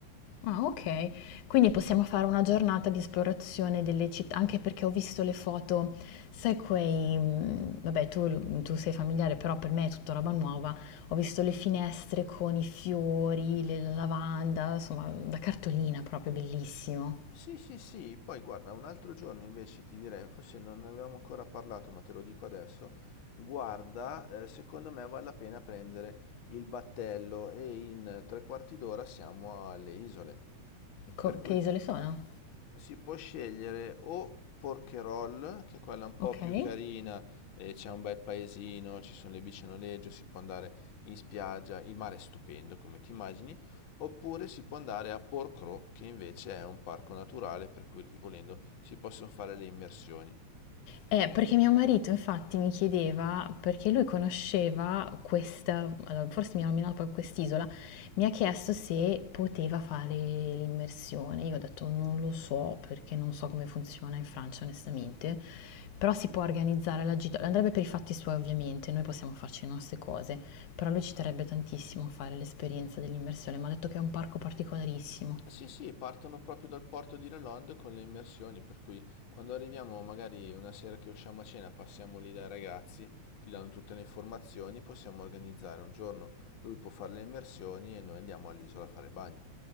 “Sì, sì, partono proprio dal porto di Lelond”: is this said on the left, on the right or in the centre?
Left